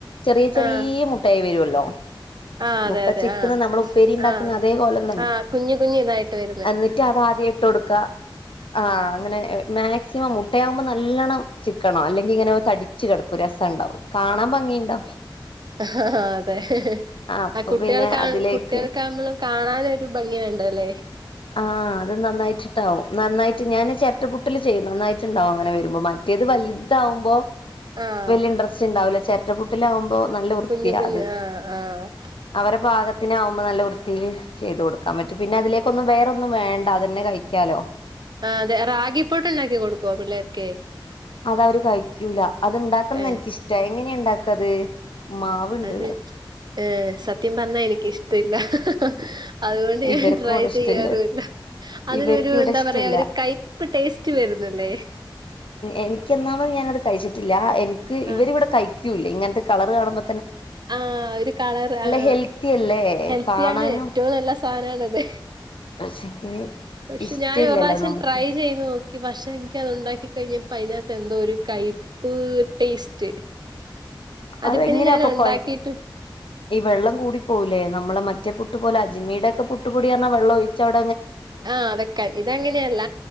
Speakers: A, on the left; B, on the right.
A: ചെറിയ ചെറിയ
B: ആഹ്
A: മുട്ടയായി വരുവല്ലോ
B: ആഹ് അതെ
A: മുട്ട
B: അതെ
A: ചിക്കുന്ന
B: ആഹ്
A: നമ്മളുപ്പേരി ഇണ്ടാക്കുന്ന
B: ആഹ്
A: അതേ കോലം തന്നെ
B: ആഹ് കുഞ്ഞു കുഞ്ഞു ഇതായിട്ട് വരുന്നെ
A: എന്നിട്ട് അതാദ്യം ഇട്ട് കൊടു ക ആഹ് അങ്ങനെ മാക്സിമം മുട്ടയാവുമ്പോ നല്ലോണ്ണം ചിക്കണം. അല്ലെങ്കി ഇങ്ങനെ തടിച്ച് കിടക്കും രസം ഇണ്ടാവും കാണാൻ ഭംഗി ഇണ്ടാവൂല.
B: ആ അതെ
A: അപ്പൊ
B: ആ കുട്ടികൾ
A: പിന്നെ
B: കാ
A: അതിലേക്ക്
B: കുട്ടികൾക്കാമ്പളും കാണാനൊരു ഭംഗിവേ ടല്ലേ
A: ആഹ് അത് നന്നായിട്ടിട്ടാവും. നന്നായിട്ട് ഞാന് ചെരട്ടപുട്ടില് ചെയ്യും നന്നായി ട്ടുണ്ടാവും അങ്ങനെ വരുമ്പോ. മറ്റേത് വലുതാവുമ്പോ
B: ആഹ്
A: വലിയ ഇൻട്രസ്റ്റ് ഇണ്ടാവൂല. ചെരട്ടപ്പുട്ടിലാവുമ്പോ നല്ല വൃത്തിയാ
B: കുഞ്ഞു കുഞ്ഞു
A: അത്
B: ആഹ് ആഹ്
A: അവരെ പാകത്തിന് ആകുമ്പോ നല്ല വൃത്തി പിന്നെ ചെയ്തു കൊടു ക്കാൻ പറ്റും. പിന്നെ അതിലേക്ക് വേറൊന്നും വേണ്ട അതന്നെ കഴിക്കാലോ.
B: ആ അതെ, റാഗിപ്പുട്ട് ഉണ്ടാക്കി കൊടുക്കുവോ പിള്ളേർക്ക്?
A: അതവര് കയിക്കൂല. അത്ണ്ടാക്കണംന്ന്
B: ഏഹ്
A: എനക്ക് ഇഷ്ടാ എങ്ങനെയാ ഇണ്ടാക്കത് മാവുണ്ട്
B: അത്
A: ഇവിടെ
B: ആ ഏ സത്യം പറഞ്ഞാ എനിക്ക് ഇഷ് ത്തില്ലാ അതുകൊണ്ട് ഞാൻ
A: ഇവർക്ക്
B: ട്രൈ
A: ഇവിടെ ഇഷ്ടല്ല
B: ചെയ്യാറും ഇല്ല. അതിനൊരു
A: ഇവർക്ക് ഇവിടെ
B: എന്താ
A: ഇഷ്ടല്ല
B: പറയാ ഒരു കയ്പ്പ് ടേസ്റ്റ് വരുന്നില്ലേ?
A: എനിക്ക് ഒന്നാമത് ഞാനത് കഴിച്ചിട്ടില്ല. എനിക്ക്
B: ആഹ്
A: ഇവരിവിടെ കഴി ക്കൂല. ഇങ്ങനത്തെ കളറ് കാണുമ്പ
B: ആഹ് ഒരു കളറ് ആഹ്
A: ഹെൽത്തി അല്ലേ
B: ഹെൽത്തിയാണ്
A: കാണാനും
B: ഏറ്റവും നല്ല സാധനാണത്.
A: പക്ഷെങ്കില്
B: പക്ഷെ
A: ഇഷ്ടല്ലല്ലോ
B: ഞാൻ ഒരു പ്രാവശ്യം
A: നമുക്ക്
B: ട്രൈ ചെയ്ത് നോക്- കി. പക്ഷെ എനിക്ക് അത് ഉണ്ടാക്കി കഴിഞ്ഞപ്പോ അതിനകത്ത് എന്തോ ഒരു കയ്പ്പ് ടേസ്റ്റ്. അത്
A: അതെങ്ങനെയാപ്പൊ
B: പിന്നെ ഞാനൊണ്ടാക്കീട്ട്
A: കൊയ ഈ വെള്ളം കൂടി പോവൂലേ? നമ്മളെ മറ്റേ പുട്ട് പോലെ അജ്മീടെക്കെ പുട്ടപൊടീന്ന് പറഞ്ഞാ വെള്ളം ഒഴിച്ചവി
B: ആഹ് വെക്കാൻ ഇത അങ്ങനെയല്ല